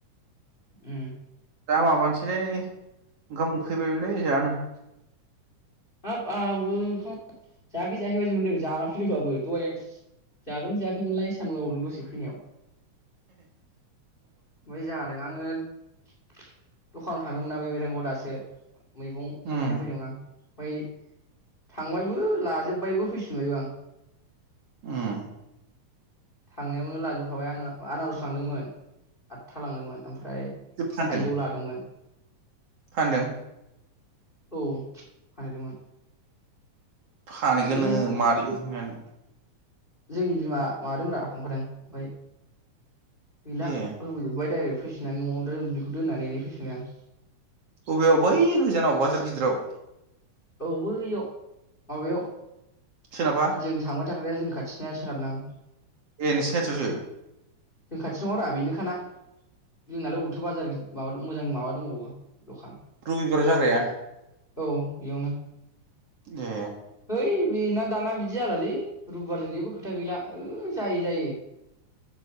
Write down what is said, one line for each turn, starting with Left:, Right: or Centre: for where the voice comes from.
Left: उम
Right: दा माबानोसैलै ओंखाम उखैबायबोलै जानो।
Left: हाब आहाबो ओंखाम जायाखै जायाखै बायदि मोनदों जाना फैदोंबाबो दहाय आं जागोन जायाखैमोनलाय सानबावो नों दसै फैनायाव। <inaudible> बेै जादों आङो दखानाव थांदोंमोन ना बे बेरांगआव दासो मैगंबो
Right: उम
Left: हैना फैदोंमोन आं। फाय थांबायबो लाजोबबायबो फैफिनबायबो आं।
Right: उम
Left: थांनायावनो लाजोबखाबाय आंना-आनारस लांदोंमोन आदथा लांदोंमोन ओमफ्राय
Right: फानदों
Left: थाइजौ लादोंमोन।
Right: फानदों।
Left: औ फानहैदोंमोन।
Right: फानहैगोन
Left: बिदिनो
Right: नोङो मारिहैगोन
Left: जोंनि बिमा माबादोंब्रा थांफादों ओमफ्राय गैला
Right: ए
Left: होबोजोबाय डाइरेक्ट फैसिननानै न'आवनो बेखौ दोननानै ओरै फैफिनबाय आं।
Right: अबेयाव बै गोजानाव बाजार गिदिराव।
Left: औ बैयाव माबायाव
Right: सोनाबहा।
Left: जों थांबाय थाग्राया जों खाथिनिया सोनाबनां
Right: ए नोसिनि खाथियावसो।
Left: जों खाथि दङ रा बेनो खाना। जोंनालाय अबावथो बाजार माबा मोजां माबा दंबावो दखान।
Right: रबिबाराव जाग्राया
Left: औ बेयावनो।
Right: ए
Left: है बेनान दाना बिदि जालालै रबिबारजों जेबो खोथा गैला ओ जायै जायै।